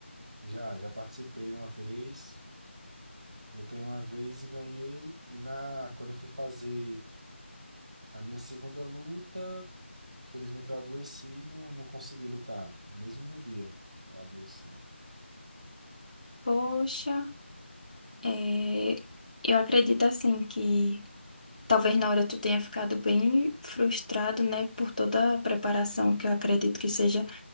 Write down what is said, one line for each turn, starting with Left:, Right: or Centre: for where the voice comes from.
Right: Já, já participei uma vez, lutei uma vez e ganhei. E na, quando eu fui fazer a minha segunda luta, infelizmente eu adoeci e não, não consegui lutar, mesmo no dia eu adoeci.
Left: Poxa, é, eu acredito assim que talvez na hora tu tenha ficado bem frustrado, né, por toda a preparação, que eu acredito que seja.